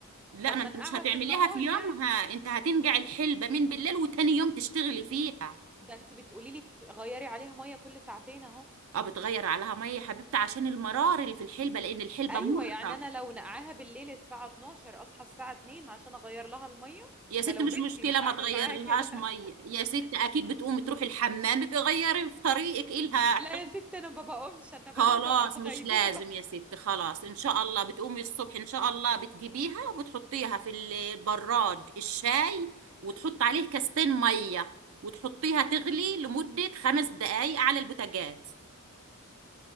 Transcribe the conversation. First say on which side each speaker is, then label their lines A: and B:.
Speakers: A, on the right; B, in the centre.
A: لا
B: طب
A: ما
B: ما
A: انت
B: انقعها
A: مش هتعمليها
B: في النهار
A: في يومها
B: يعني
A: انت هتنقع الحلبة من بالليل وتاني يوم تشتغلي فيها
B: ده انت بتقولي لي غيري عليها ميه كل ساعتين اهو
A: اه بتغير عليها مية يا حبيبتي عشان المرار اللي في الحلبة لان الحلبة
B: ايوه
A: مرة
B: يعني انا لو نقعها بالليل الساعه 12 اصحى الساعه 2 عشان اغير لها الميه
A: يا
B: ده
A: ست
B: لو
A: مش
B: بنتي
A: مشكلة
B: مش
A: ما
B: هعمل
A: تغير
B: معاها
A: لهاش
B: كده
A: مية يا ست اكيد بتقومي تروحي الحمام بيغيري في طريقك إيه
B: <laughs>
A: لها
B: لا يا ست انا ما بقومش انا بنام
A: خلاص
B: ببقى في
A: مش
B: غيبوبه
A: لازم يا ستي خلاص ان شاء الله بتقومي الصبح ان شاء الله بتجيبيها وبتحطيها في ال- البراد الشاي وتحط عليه كاستين ميه وتحطيها تغلي لمدة خمس دقايق على البوتاجاز